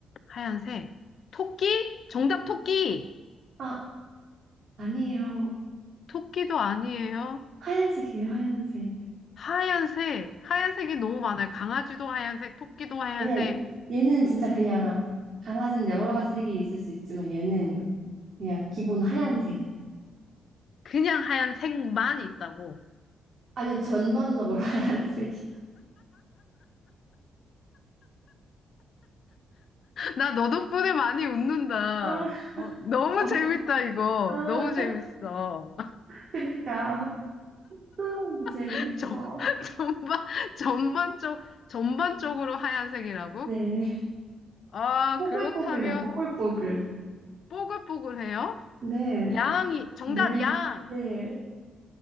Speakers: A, on the left (about 50°); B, on the right (about 45°).
A: 하얀색. 토끼? 정답 토끼!
B: 아, 아니에요.
A: 토끼도 아니에요.
B: 하얀색이에요, 하얀색.
A: 하얀색, 하얀색이 너무 많아요. 강아지도 하얀색, 토끼도 하얀색,
B: 아니야, 얘는 진짜 그냥 강아지는 여러 가지 색이 있을 수 있지만 얘는 그냥 기본 하얀색.
A: 그냥 하얀색만 있다고.
B: 아니, 전반적으로 <laughs> 하얀색이.
A: 나 너 덕분에 많이 웃는다.
B: 아,
A: 어, 너무
B: 어,
A: 재밌다, 이거.
B: 아,
A: 너무 재밌어.
B: 그니까. 뜨거운 게 재밌어.
A: <laughs> 전, 전반, 전반적, 전반적으로 하얀색이라고?
B: 네.
A: 아,
B: 뽀글뽀글요,
A: 그렇다면,
B: 뽀글뽀글.
A: 뽀글뽀글해요?
B: 네,
A: 양이, 정답,
B: 네,
A: 양!
B: 네.